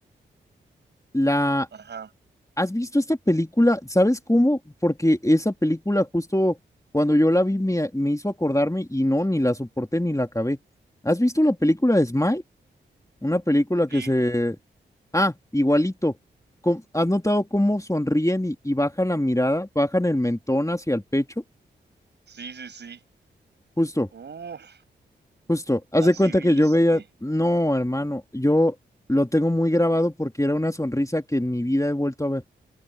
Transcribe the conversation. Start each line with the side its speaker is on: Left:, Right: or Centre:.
Left: La,
Right: Ajá.
Left: ¿has visto esta película? ¿Sabes cómo? Porque esa película justo cuando yo la vi me, me hizo acordarme y no, ni la soporté ni la acabé. ¿Has visto la película de Smile? Una película
Right: Sí,
Left: que se Ah, igualito. Com- ¿Has notado cómo sonríen y, y bajan la mirada, bajan el mentón hacia el pecho?
Right: sí, sí, sí.
Left: Justo,
Right: Uf,
Left: justo. Haz
Right: así
Left: de cuenta
Right: viste.
Left: que yo veía, no, hermano, yo lo tengo muy grabado porque era una sonrisa que en mi vida he vuelto a ver.